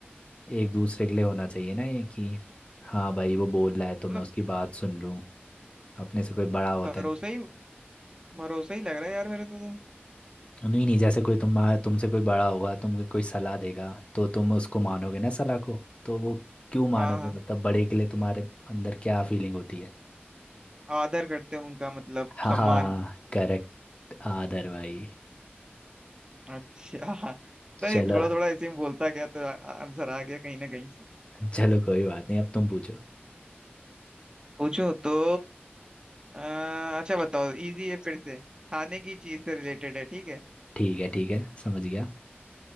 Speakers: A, on the left; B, on the right.
A: एक दूसरे के लिए होना चाहिए ना ये कि हाँ भाई वो बोल रहा है तो मैं
B: मतलब
A: उसकी बात सुन लूँ अपने से कोई बड़ा होता
B: भरोसा
A: है तो
B: ही भरोसा ही लग रहा है यार मेरे को तो
A: नहीं नहीं जैसे कोई तुम तुमसे कोई बड़ा होगा तुमको कोई सलाह देगा तो तुम उसको मानोगे ना सलाह को तो वो क्यों
B: हाँ
A: मानोगे
B: हाँ
A: मतलब बड़े के लिए तुम्हारे अंदर क्या फीलिंग होती है
B: आदर करते हैं उनका मतलब
A: हाँ
B: सम्मान
A: करेक्ट आदर भाई
B: अच्छा <laughs> पता
A: चलो
B: नहीं थोड़ा थोड़ा ऐसे ही बोलता गया तो आंसर आ आ- answer आ गया कहीं ना कहीं से
A: चलो कोई बात नहीं अब तुम पूछो
B: पूछो तो आ, अच्छा बताओ इजी है फिर से खाने की चीज से रिलेटेड है ठीक है
A: ठीक है ठीक है समझ गया